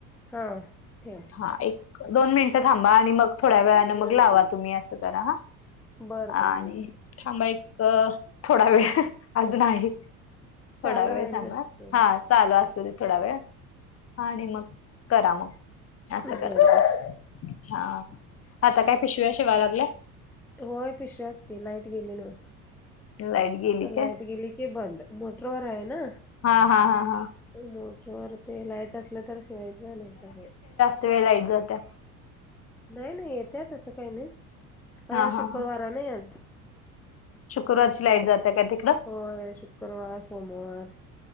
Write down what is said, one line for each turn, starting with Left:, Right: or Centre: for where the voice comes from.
Centre: हा ठेवा.
Left: हा एक दोन मिनटं थांबा आणि मग थोड्या वेळन मग लावा तुम्ही असं करा हा.
Centre: बरं बरं
Left: आणि
Centre: ठीक
Left: थांबा एक थोडा वेळ अजून आहे.
Centre: चालू
Left: थोडा वेळ
Centre: आहे
Left: थांबा
Centre: तसं.
Left: हा. चालू असू दे थोडा वेळ आणि मग करा मग. असं
Centre: बर
Left: करा
Centre: बर
Left: हा आता काय पिशव्या शिवाय लागल्या.
Centre: होय पिशव्याच की लाईट गेली ना.
Left: लाईट गेली
Centre: तर
Left: काय
Centre: लाईट गेली की बंद मोटरवर आहे ना.
Left: हा हा हा हा.
Centre: मोटरवर ते लाईट असलं तर शिवायचं नाही तर नाही.
Left: किती वेळ लाईट जात्या?
Centre: नाही नाही येतय तसं काही नाही
Left: हा
Centre: आ
Left: हा
Centre: शुक्रवारा
Left: हा
Centre: नाही आज.
Left: शुक्रवारची
Centre: शुक्र
Left: लाईट जाते का तिकडं
Centre: होय शुक्रवार, सोमवार